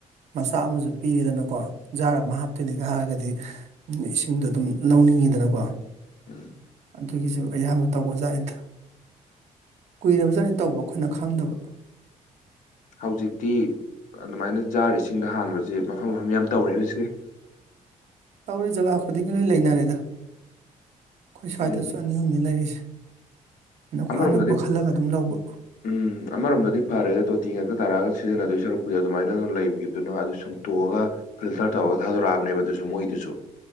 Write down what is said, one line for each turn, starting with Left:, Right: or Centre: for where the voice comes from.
Right: ꯃꯆꯥꯛ ꯑꯃꯁꯨ ꯄꯤ ꯄꯤꯔꯤꯗꯅꯀꯣ ꯖꯥꯔ ꯑꯃ ꯍꯥꯞꯇꯣꯏꯅꯦꯒ ꯍꯥꯏꯔꯒꯗꯤ ꯏꯁꯤꯡꯗꯣ ꯑꯗꯨꯝ ꯂꯧꯅꯤꯡꯉꯤꯗꯅꯀꯣ
Left: ꯎꯝ
Right: ꯑꯗꯨꯒꯤꯁꯨ ꯑꯌꯥꯝꯕ ꯇꯧꯕꯖꯥꯠꯗ ꯀꯨꯏꯔꯕꯖꯥꯠꯅꯤ ꯇꯧꯕ ꯑꯩꯈꯣꯏꯅ ꯈꯪꯗꯕ
Left: ꯍꯧꯖꯤꯛꯇꯤ ꯑꯗꯨꯃꯥꯏꯅ ꯖꯥꯔ ꯏꯁꯤꯡꯗ ꯍꯥꯟꯕꯁꯦ ꯃꯐꯝ ꯃꯐꯝ ꯌꯥꯝ ꯇꯧꯔꯦ ꯍꯧꯖꯤꯛꯀꯤ
Right: ꯇꯧꯔꯦ ꯖꯒꯥ ꯈꯨꯗꯤꯡꯒꯤ ꯂꯣꯏ ꯂꯩꯅꯔꯦꯗ ꯑꯩꯈꯣꯏ ꯁ꯭ꯋꯥꯏꯗꯁꯨ
Left: ꯎꯝ
Right: ꯑꯅꯤ ꯑꯍꯨꯝꯅꯤ ꯂꯩꯔꯤꯁꯦ ꯑ ꯑꯩꯔ
Left: ꯑꯃꯔꯣꯝꯗꯗꯤ
Right: ꯑꯅꯛꯄ ꯈꯜꯂꯒ ꯑꯗꯨꯝ ꯂꯧꯕ
Left: ꯎꯝ ꯑꯃꯔꯣꯝꯗꯗꯤ ꯐꯔꯦꯗ ꯇꯣꯇꯤ ꯉꯥꯛꯇ ꯇꯥꯔꯛꯑꯒ ꯁꯤꯖꯤꯟꯅꯗꯣꯏ ꯁꯔꯨꯛꯄꯨ ꯑꯗꯨꯃꯥꯏꯅ ꯂꯩꯕꯤꯗꯨꯅ ꯑꯗꯨ ꯁꯪꯇꯣꯛꯑ ꯐꯤꯜꯇꯔ ꯇꯧꯔꯒ ꯊꯥꯗꯣꯔꯛꯑꯕꯅꯦꯕ ꯑꯗꯨ ꯃꯣꯏꯗꯨꯁꯨ